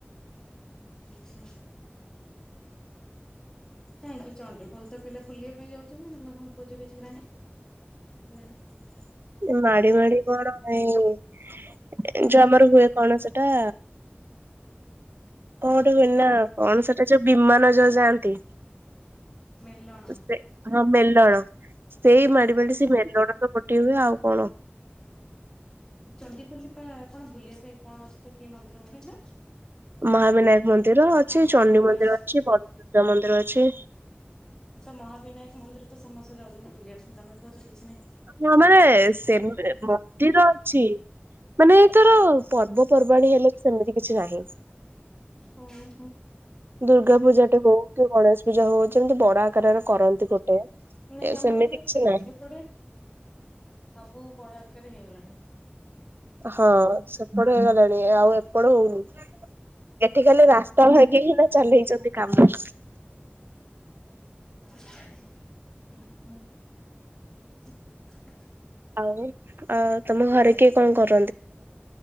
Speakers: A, on the left; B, on the right.
A: ଆଛା, କାହିଁକି ଚଣ୍ଡିଖୋଲ ତ ପିଲା ବୁଲିବା ପାଇଁ ଯାଉଛନ୍ତି ତମେ କଣ କହୁଛ କିଛି ନାଇଁ, କିଛି ନାଇଁ।
B: ମାଡି ମାଡି କଣ ପାଇଁ? ଯୋଉ ଆମର ହୁଏ କଣ ସେଟା? କଣ ଗୋଟେ ହୁଏନା କଣ ସେଟା ଯୋଉ ବିମାନ <inaudible> ଯାଆନ୍ତି,
A: ମେଲଣ
B: ସେ ହଁ ମେଲଣ। ସେଇ
A: ହୁଁ
B: ମାଡ଼ି ମାଡି ସେ ମେଲଣର <inaudible> <inaudible> ହୁଏ ଆଉ କଣ?
A: ଚଣ୍ଡିଖୋଲରେ ପା ଆଉକଣ ବୁଲିବା ପାଇଁ କଣ ଅଛି ତ କି ମନ୍ଦିର ଗୋଟେ ନା?
B: ମହାବିନାୟକ ମନ୍ଦିର ଅଛି
A: ହଁ ମହାବିନାୟ
B: ଚଣ୍ଡୀ ମନ୍ଦିର ଅଛି ବନଦୁର୍ଗା ମନ୍ଦିର ଅଛି।
A: ତ ମହାବିନାୟକ ମନ୍ଦିର ତ ସମସ୍ତେ ଯାଉଛନ୍ତି ବୁଲିବା ପାଇଁ ତମେ କହୁଛ କିଛି ନାହିଁ।
B: ହଁ ମାନେ ସେମ୍ ମନ୍ଦିର ଅଛି ମାନେ ଧର ପର୍ବପର୍ବାଣୀ ହେଲେ ସେମିତି କିଛି ନାହିଁ,
A: ଓହୋ
B: ଦୁର୍ଗା ପୂଜାଟେ ହଉ କି ଗଣେଶ୍ ପୂଜା ହଉ ଯେମିତି ବଡ ଆକାରରେ କରନ୍ତି ଗୋଟେ।
A: ନାଇଁ ଆମର
B: ସେମିତି
A: ତ
B: କିଛି ନାହିଁ
A: ଏପଟେ ସବୁ ବଡ ଆକାରରେ ହେଇଗଲାଣି
B: ହଁ ସେପଟେ ହେଇଗଲାଣି ଆଉ ଏପଟେ ହଉନି ଏଠିିକାଲି ରାସ୍ତା ଭାଙ୍ଗି କିନା ଚାଲେଇଛନ୍ତି କାମ
A: <unintelligible>
B: ଆଉ ଆଉ ତମ ଘରେ କିଏ କଣ କରୁ